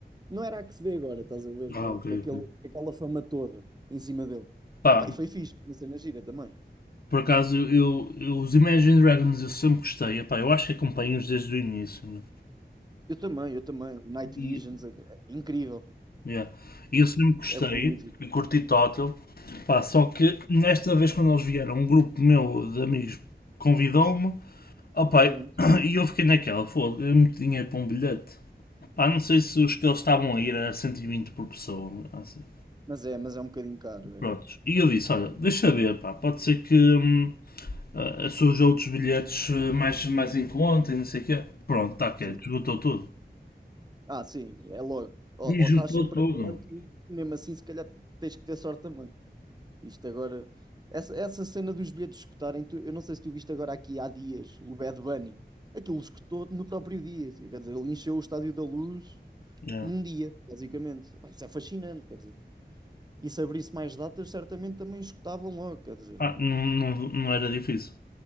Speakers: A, on the right (about 25°); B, on the left (about 60°).
A: não era a que se vê agora, estás a ver?
B: Ah,
A: Com,
B: ok.
A: com
B: ok.
A: aquele, com aquela fama toda em cima dele.
B: Pá,
A: Epá, e foi fixe, uma cena gira também.
B: Por acaso, eu, eu- os Imagine Dragons eu sempre gostei. Epá, eu acho que acompanho-os desde o início. né?
A: Eu também, eu também. O Night
B: E,
A: Visions, é- é incrível,
B: yeah. E eu sempre gostei
A: é boa música.
B: e curti total. Pá, só que nesta vez, quando eles vieram, um grupo meu de amigos convidou-me. Opá,
A: Uhum.
B: <coughs> <clears throat> e eu fiquei naquela, foda é muito dinheiro para um bilhete. Pá, não sei se os que eles estavam a ir era 120 por pessoa. Assim.
A: Mas é, mas é um bocadinho caro, é.
B: Prontos. E eu disse, olha, deixa ver, pá, pode ser que. hum, ah, surge outros bilhetes ah, mais, mais em conta e não sei o quê. Pronto, tá que
A: Sim.
B: esgotou tudo.
A: Ah, sim, é logo. Ou,
B: E esgotou
A: ou estás sempre
B: tudo.
A: atento, mesmo assim, se calhar tens que ter sorte também. Isto agora, essa, essa cena dos bilhetes escutarem, tu- eu não sei se tu viste agora aqui há dias o Bad Bunny. Aquilo escutou no próprio dia, quer dizer, ele encheu o Estádio da Luz
B: Yeah.
A: num dia, basicamente. Pá, Isso é fascinante, quer dizer. E se abrisse mais datas, certamente também escutavam logo, quer dizer.
B: Ah, não, não, não era difícil.